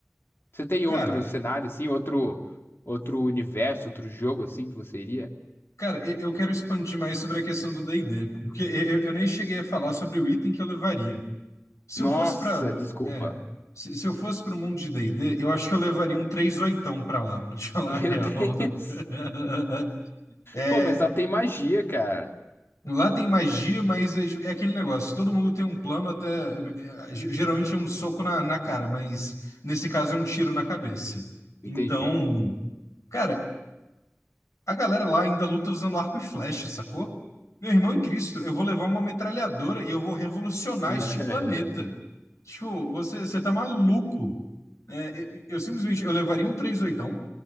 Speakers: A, on the left (about 50°); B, on the left (about 80°).
A: Você tem
B: Cara,
A: outro cenário assim, outro outro universo, outro jogo assim que você iria?
B: cara, e- eu quero expandir mais sobre a questão do D&D, porque eu, eu- eu nem cheguei a falar sobre o item que eu levaria. Se
A: Nossa,
B: eu fosse para,
A: desculpa.
B: é, se, se eu fosse para o mundo de D&D, eu acho que eu levaria um três oitão para lá, para te <laughs> falar
A: <laughs> Meu
B: a real.
A: Deus.
B: <laughs> É,
A: Pô, mas lá tem magia, cara.
B: lá tem magia, mas é, tipo, é aquele negócio, todo mundo tem um plano até, é, ge- geralmente é um soco na, na cara, mas nesse caso é um tiro na cabeça. Então,
A: Entendi.
B: Cara, a galera lá ainda luta usando arco e flecha, sacou? Meu irmão em Cristo, eu vou levar uma metralhadora e eu vou revolucionar
A: <laughs>
B: este planeta. Tipo, você, você tá maluco. É, eu, eu simplesmente, eu levaria um três oitão.